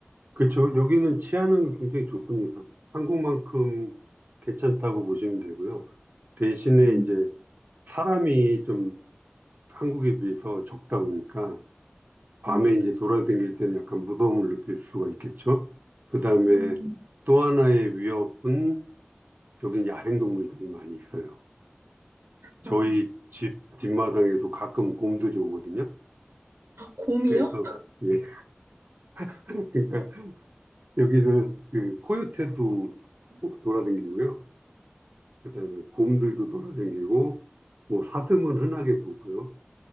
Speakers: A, on the right; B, on the right.
A: 그렇죠. 여기는 치안은 굉장히 좋습니다. 한국만큼 괜찮다고 보시면 되고요. 대신에
B: 음,
A: 이제 사람이 좀 한국에 비해서 적다 보니까 밤에
B: 음,
A: 이제 돌아다닐 때는 약간 무서움을 느낄 수가 있겠죠. 그다음에
B: 음,
A: 또 하나의 위협은 여기는 야생동물들이 많이 있어요. 저희
B: 아,
A: 집 뒷마당에도 가끔 곰들이 오거든요.
B: 아, 곰이요?
A: 그래서 예, <laughs> 그러니까 여기는 그 코요테도 돌아다니고요. 그다음에 곰들도 돌아다니고 뭐 사슴은 흔하게 보고요.